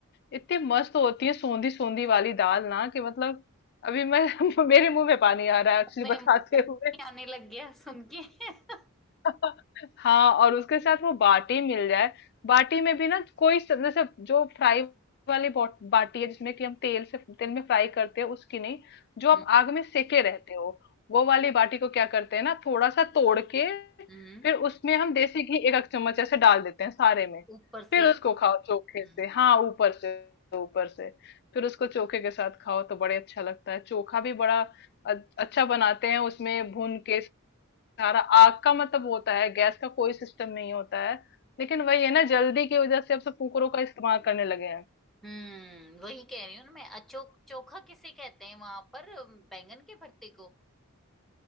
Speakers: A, on the left (about 50°); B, in the centre.
A: इतनी मस्त होती है सोंधी सोंधी वाली दाल ना कि मतलब अभी मैं <laughs> मेरे मुंह में पानी आ रहा है एक्चुअली
B: मैं
A: बताते
B: मुंह में पानी
A: हुए
B: आने लग गया सुन के <laughs>
A: <laughs> हाँ और उसके साथ वो बाटी मिल जाए बाटी में भी ना कोई स- जैसे जो फ्राई वाली बॉट- बाटी है जिसमें कि हम तेल से तेल में फ्राई करते हैं उसकी नहीं जो आप
B: हम्म
A: आग में सेके रहते हो वो वाली बाटी को क्या करते हैं ना थोड़ा सा तोड़ के
B: हम्म,
A: फिर उसमें हम देसी घी एक एक चम्मच ऐसे डाल देते हैं सारे में
B: ऊपर से
A: फिर उसको खाओ चोखे
B: हम्म
A: से हाँ ऊपर से ऊपर से फिर उसको चोखे के साथ खाओ तो बड़े अच्छा लगता है चोखा भी बड़ा अ- अच्छा बनाते हैं उसमें भून के सारा आग का मतलब होता है गैस का कोई सिस्टम नहीं होता है लेकिन वही है ना जल्दी की वजह से अब सब कुकरों का इस्तेमाल करने लगे हैं
B: हम्म वही कह रही हूँ ना मैं अचोक चोखा किसे कहते हैं वहां पर बैंगन के भरते को